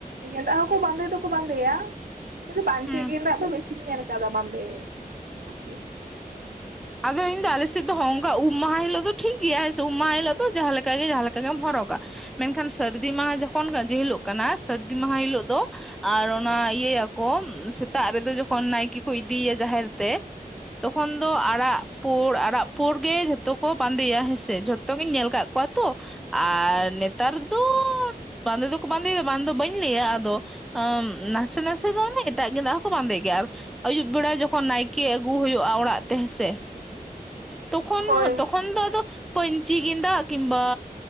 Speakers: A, on the right; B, in the centre.
A: ᱜᱮᱸᱫᱟᱜ ᱦᱚᱠᱚ ᱵᱟᱸᱫᱮ ᱫᱚ ᱠᱩ ᱵᱟᱸᱫᱮᱭᱟ ᱠᱤᱱᱛᱩ ᱯᱟᱧᱪᱤ
B: ᱦᱩᱸ
A: ᱜᱮᱸᱫᱟᱜ ᱫᱚ ᱵᱮᱥᱤᱧ ᱧᱮᱞ ᱠᱟᱫᱟ ᱵᱟᱸᱫᱮ ᱦᱟᱠᱩ
B: ᱟᱫᱚ ᱤᱧ ᱫᱚ ᱟᱞᱮ ᱥᱮᱫ ᱫᱚ ᱦᱚᱸᱝ ᱩᱢ ᱢᱟᱦᱟ ᱦᱤᱞᱳᱜ ᱫᱚ ᱴᱷᱤᱠ ᱜᱮᱭᱟ ᱦᱮᱸᱥᱮ ᱩᱢ ᱢᱟᱦᱟ ᱦᱤᱞᱳᱜ ᱫᱚ ᱡᱟᱦᱟ ᱞᱮᱠᱟ ᱜᱮ ᱡᱟᱦᱟ ᱞᱮᱠᱟ ᱜᱮᱢ ᱦᱚᱨᱚᱜᱟ᱾ ᱢᱮᱱᱠᱷᱟᱱ ᱥᱟᱹᱨᱫᱤ ᱢᱟᱦᱟᱸ ᱡᱚᱠᱷᱚᱱ ᱡᱮᱦᱤᱞᱳᱜ ᱠᱟᱱᱟ ᱥᱟᱹᱨᱫᱤ ᱢᱟᱦᱟ ᱦᱤᱞᱳᱜ ᱫᱚ ᱟᱨ ᱚᱱᱟ ᱤᱭᱟᱹᱭᱟᱠᱚ ᱥᱮᱛᱟᱜ ᱨᱮᱫᱚ ᱡᱚᱠᱷᱚᱱ ᱱᱟᱭᱠᱮ ᱠᱚ ᱤᱫᱤᱭᱭᱟ ᱡᱟᱦᱮᱨ ᱛᱮ ᱛᱚᱠᱷᱚᱱ ᱫᱚ ᱟᱨ ᱟᱨᱟᱜ ᱯᱩᱬ ᱟᱨᱟᱜ ᱯᱩᱬ ᱜᱮ ᱡᱷᱚᱛᱚ ᱠᱚ ᱵᱟᱸᱫᱮᱭᱟ ᱦᱮᱸᱥᱮ ᱡᱷᱚᱛᱚᱜᱤᱧ ᱧᱮᱞ ᱠᱟᱜ ᱠᱚᱣᱟ ᱛᱚ᱾ ᱟᱨ ᱱᱮᱛᱟᱨ ᱫᱚ ᱵᱟᱸᱫᱮ ᱫᱚᱠᱚ ᱵᱟᱸᱫᱮᱭᱫᱟ ᱵᱟᱝ ᱫᱚ ᱵᱟᱹᱧ ᱞᱟᱹᱭᱟ ᱟᱫᱚ ᱟᱸ ᱱᱟᱥᱮ ᱱᱟᱥᱮ ᱫᱚ ᱚᱱᱮ ᱮᱴᱟᱜ ᱜᱮᱸᱫᱟᱜ ᱦᱚᱸᱠᱚ ᱵᱟᱸᱫᱮ ᱜᱮᱭᱟ, ᱟᱨ ᱟᱹᱭᱩᱵ ᱵᱮᱲᱟ ᱡᱚᱠᱷᱚᱱ ᱱᱟᱭᱠᱮ ᱟᱹᱜᱩ ᱦᱩᱭᱳᱜᱼᱟ ᱚᱲᱟᱜ ᱛᱮ ᱦᱮᱸᱥ ᱛᱮ ᱛᱚᱠᱷᱚᱱ
A: ᱦᱳᱭ
B: ᱦᱚ ᱛᱚᱠᱷᱚᱱ ᱫᱚ ᱟᱫᱚ ᱯᱟᱹᱧᱪᱤ ᱜᱮᱸᱫᱟᱜ ᱠᱤᱢᱵᱟ